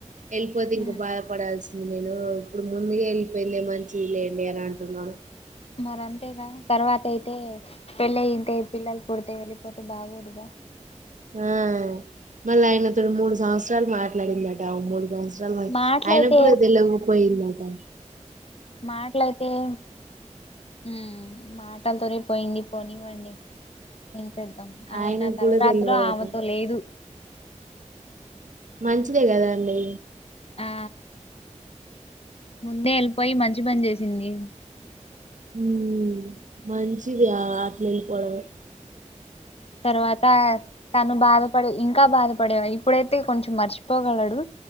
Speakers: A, on the right (about 80°); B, on the left (about 50°).
A: వెళ్ళిపోతే ఇంకా
B: ఉమ్
A: బాధపడాల్సింది నేనూ ఇప్పుడు ముందుగా ఎళ్ళిపోయిందే మంచిది లేండి అని అంటున్నడు.
B: మరి అంతేగా తర్వాతైయితే పెళ్ళై ఇంతే పిల్లలు పుడితే వెళ్ళిపోతే బాగోదుగా.
A: ఆ మళ్ళా ఆయనతోని మూడు సంవత్సరాలు మాట్లాడిందటా ఓ మూడు సంవత్స్ <unintelligible> మచ్
B: మాటలయితే
A: ఆయనక్గూడ తెల్వకపోయిందటా.
B: మాట్లైతే ఏం ఊ మాటల్తో రేప్ పోయింది పోనివ్వండి ఏం చేద్దాం ఆయన
A: ఆయనకు
B: తలరాతలో
A: కూడా తెలియదట
B: ఆమెతో లేదు.
A: మంచిదే గదా అండి.
B: ఆ ముందే ఎళ్ళిపోయి మంచి పని చేశింది.
A: ఊ మంచిది ఆ ఆట్ల ఎళ్ళిపోవడమే.
B: తర్వాతా తను బాధపడి ఇంకా బాధ పడేవై ఇప్పుడైతే కొంచెం మర్చిపోగలడు